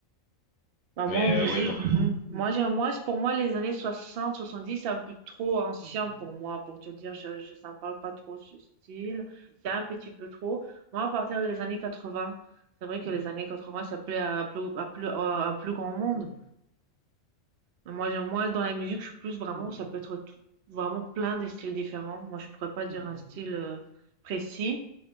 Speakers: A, on the right; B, on the left.
A: Bah, moi,
B: Mais
A: en
B: euh,
A: musique,
B: ouais, donc
A: mhm. moi, j'aime, moi, pour moi, les années 60, 70, c'est un peu trop ancien pour moi, pour te dire, je, je, ça me parle pas trop ce style. C'est un petit peu trop. Moi, à partir des années 80, c'est vrai que les années 80, ça plaît à plus, à plus, à un plus grand monde. Mais Moi, j'aime, moi, dans la musique, je suis plus vraiment, ça peut être tout- vraiment plein de styles différents. Moi, je pourrais pas dire un style euh, précis.